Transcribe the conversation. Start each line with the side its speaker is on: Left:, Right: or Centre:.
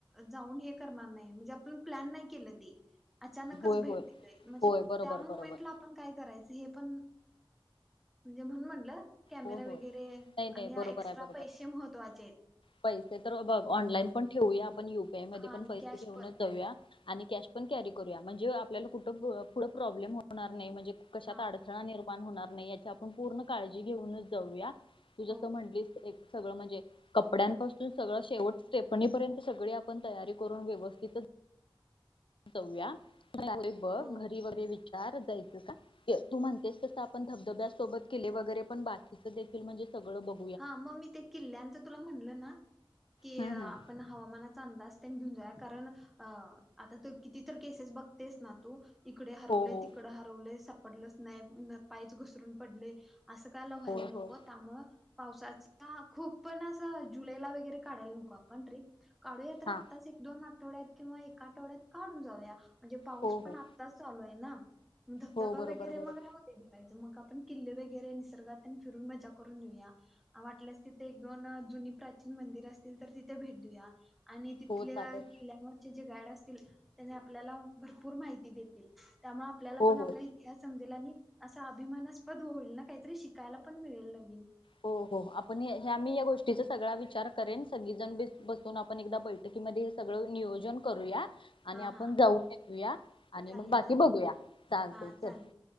Centre: जाऊन हे करणार नाही, म्हणजे आपण प्लॅन नाही केलं ते अचानकच
Left: होय
Centre: भेट
Left: होय
Centre: दिलय. म्हणजे
Left: होय बरोबर
Centre: त्या मुमेंटला
Left: बरोबर
Centre: आपण काय करायचं हे पण, म्हणजे म्हणून म्हणलं कॅमेरा
Left: हो होय
Centre: वगैरे,
Left: नाही नाही
Centre: आणि
Left: बरोबर
Centre: एक्स्ट्रा
Left: आहे बरोबर
Centre: पैसे महत्त्वाचेत.
Left: पैसे तर बघ, ऑनलाईन पण ठेवूया आपण युपीआय मध्ये
Centre: हा
Left: पण
Centre: आणि
Left: पैसे
Centre: कॅश
Left: घेऊनच
Centre: पण
Left: जाऊया. आणि कॅश पण कॅरी करूया, म्हणजे आपल्याला कुठं पुढं प्रॉब्लेम होणार नाही. म्हणजे कशात
Centre: हा
Left: अड अडथळा निर्माण होणार नाही याची आपण पूर्ण काळजी घेऊनच जाऊया. तू
Centre: हो
Left: जसं म्हणलीस सगळं म्हणजे कपड्यांपासून सगळं शेवट स्टेपणीपर्यंत सगळी आपण तयारी करून व्यवस्थितच जाऊया. बघ
Centre: हो
Left: घरी वगैरे विचार जायचं का तू म्हणतेस तसं आपण धबधब्यासोबत किल्ले वगैरे पण बाकीचं देखील म्हणजे सगळं बघ
Centre: हा, मग मी ते किल्ल्यांचं तुला म्हणलं ना, की
Left: हम्म
Centre: अं
Left: हम्म
Centre: आपण हवामानाचा अंदाज घेऊन जा. कारण आ आता तर किती तर केसेस बघतेस ना तू. इकडे हरवलय,
Left: हो हो
Centre: तिकड हरवलय, सापडलच नाही, पायच घसरून पडलय. अस कायला व्हायला
Left: होय होय
Centre: नको. त्यामुळ पावसाचा हां खूप पण अस जुलैला वगैरे काढायला नको आपण ट्रिप. काढूया तर
Left: हा
Centre: आत्ताच एक दोन आठवड्यात किंवा एका आठवड्यात काढून जाऊया. म्हणजे पाऊस
Left: हो
Centre: पण
Left: हो
Centre: आ आत्ताच चालू आहे ना धबधबा
Left: हो बरोबर
Centre: वगैरे
Left: बरोबर
Centre: मग <unintelligible> ते बघायच मग आपण किल्ले वगैरे निसर्गात आणि फिरून मजा करून येऊया. वाटल्यास तिथे एक - दोन जुनी प्राचीन मंदिर असतील तर तिथे भेट देऊया. आणि तिथल्या
Left: हो चालेल
Centre: किल्ल्यांवर जे जे गाईड असतील त्यांनी आपल्याला भरपूर माहिती देतील. त्यामुळे आपल्याला
Left: हो
Centre: पण
Left: हो
Centre: आप इतिहास समजेल आणि असा अभिमानास्पद होईल ना, काहीतरी शिकायला पण मिळेल नवीन.
Left: हो हो आपण ह्या मी या गोष्टीचा सगळा विचार करेन सगळीजण बसून आपण एकदा बै बैठकीमधे हे सगळं नियोजन करूया. आणि
Centre: हा
Left: आपण
Centre: हा
Left: जाऊन येऊया आणि
Centre: चालेल
Left: मग बाकी
Centre: चालेल
Left: बघूया चालतय
Centre: हा चालेल
Left: चल.